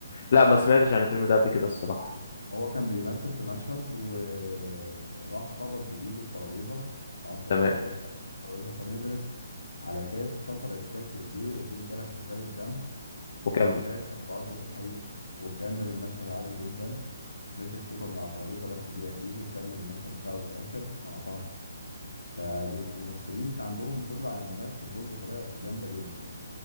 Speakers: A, on the left; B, on the left.
A: لا ما سمعتش عن الفيلم ده قبل كده الصراحة
B: هو كان بيمثل في مشهد وراح خبط بإيده الترابيزة اتعصب
A: تمام
B: شوية وراح خبط الترابيزة فنزلت على كاس كسر الكاس بإيديه وإيديه اتجرحت وجابت دم وده
A: وكمل
B: كان برضه في الحقيقة وكمل المشهد عادي جدا مسك فوطة من على الترابيزة لف بيها إيده وكمل المشهد بتاعه للآخر ما قطعش فبيبقوا الممثلين عندهم قدرة على الاندماج في الدور بطريقة جامدة جدا